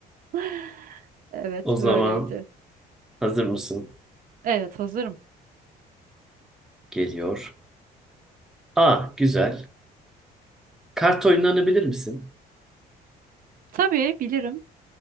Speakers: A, on the right (about 55°); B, in the centre.
A: <laughs> Evet
B: O zaman
A: böyleydi.
B: hazır mısın?
A: Evet hazırım.
B: Geliyor. Aa güzel. Kart oyunlarını bilir misin?
A: Tabii bilirim.